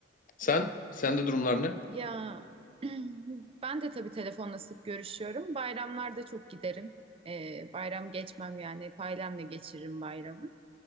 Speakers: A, on the left; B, on the right.
A: Sen? Sende durumlar ne?
B: Ya <clears throat> ben de tabii telefonla sık görüşüyorum. Bayramlarda çok giderim. Ee, bayram geçmem yani. Hep ailemle geçiririm bayramı.